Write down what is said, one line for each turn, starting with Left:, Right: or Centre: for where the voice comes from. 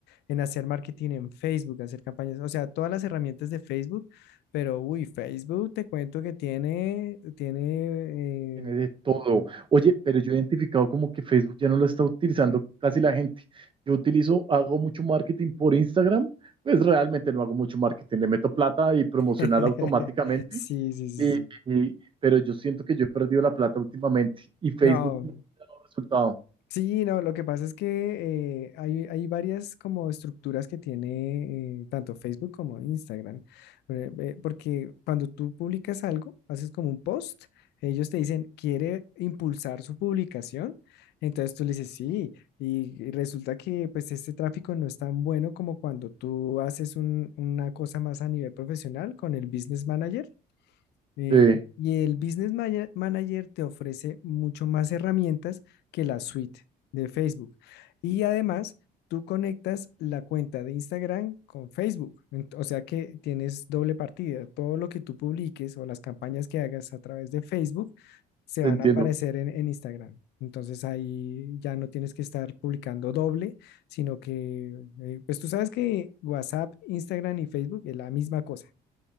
Left: en hacer marketing en Facebook, hacer campañas, o sea, todas las herramientas de Facebook, pero uy, Facebook te cuento que tiene, tiene,
Right: Tiene de todo. Oye, pero yo he identificado como que Facebook ya no lo está utilizando casi la gente. Yo utilizo, hago mucho marketing por Instagram, pues realmente no hago mucho marketing. Le meto plata y promocionar
Left: eh, <laughs>
Right: automáticamente,
Left: sí, sí, sí,
Right: y-
Left: sí.
Right: y- pero yo siento que yo he perdido la plata últimamente y Facebook
Left: No,
Right: no ha resultado.
Left: Sí, no, lo que pasa es que eh, hay, hay varias como estructuras que tiene eh, tanto Facebook como Instagram, eh, eh, porque cuando tú publicas algo, haces como un post, ellos te dicen, ¿quiere impulsar su publicación? Entonces tú le dices, sí, y, y resulta que pues este tráfico no es tan bueno como cuando tú haces un- una cosa más a nivel profesional con el Business Manager eh,
Right: Sí,
Left: y y el Business Maya- Manager te ofrece mucho más herramientas que la suite de Facebook. Y además, tú conectas la cuenta de Instagram con Facebook. Ent- O sea que tienes doble partida. Todo lo que tú publiques o las campañas que hagas a través de Facebook se
Right: te
Left: van
Right: entiendo.
Left: a aparecer en, en Instagram. Entonces ahí ya no tienes que estar publicando doble, sino que, eh, pues tú sabes que WhatsApp, Instagram y Facebook es la misma cosa.